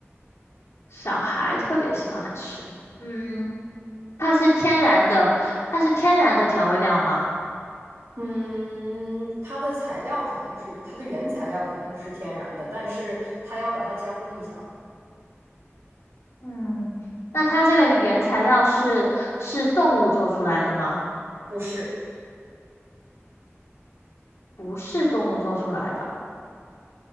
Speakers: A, on the left; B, on the right.
A: 小孩特别喜欢吃。嗯，它是天然的，它是天然的调味料吗？
B: 嗯，它的材料肯定是它的原材料肯定是天然的，但是它要把它加工一下嘛？
A: 嗯，那它这个原材料是是动物做出来的吗？
B: 不是，
A: 不是动物做出来的，